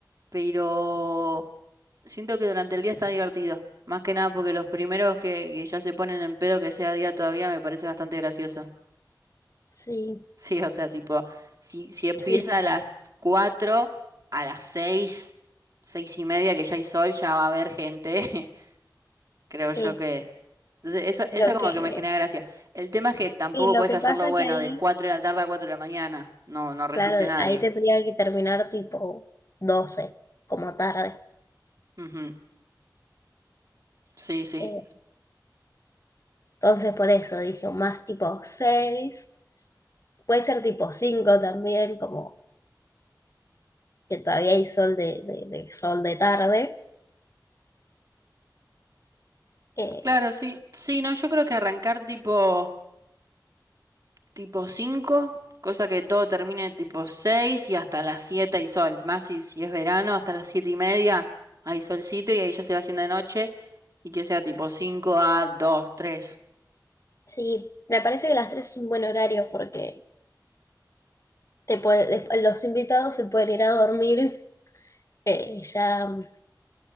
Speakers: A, on the right; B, on the left.
A: pero siento que durante el día está divertido. Más que nada porque los primeros que, que ya se ponen en pedo que sea día todavía me parece bastante gracioso.
B: Sí,
A: Sí, o sea, tipo, si, si empieza
B: Sí.
A: a las 4 a las 6 6 y media que ya hay sol, ya va a haber gente. <laughs> Creo yo
B: sí.
A: que... Entonces, eso,
B: Lo
A: eso
B: que,
A: como que me genera gracia. El tema es que tampoco
B: y lo
A: puedes
B: que
A: hacerlo,
B: pasa
A: bueno,
B: que ahí,
A: de 4 de la tarde a 4 de la mañana. No, no resiste
B: claro,
A: nadie.
B: ahí tendría que terminar tipo 12 como tarde.
A: Ujú. Sí, sí.
B: Eh, Entonces por eso dije más tipo seis puede ser tipo 5 también, como que todavía hay sol de, de- de sol de tarde. Eh,
A: Claro, sí. Sí, no, yo creo que arrancar tipo... tipo 5 cosa que todo termine tipo 6 y hasta las 7 hay sol. Más si, si es verano, hasta las 7 y media hay solcito y ahí ya se va haciendo de noche y que sea tipo 5 a 2 tres
B: sí, me parece que las 3 es un buen horario porque te puede- des- los invitados se pueden ir a dormir, eh, ya mm,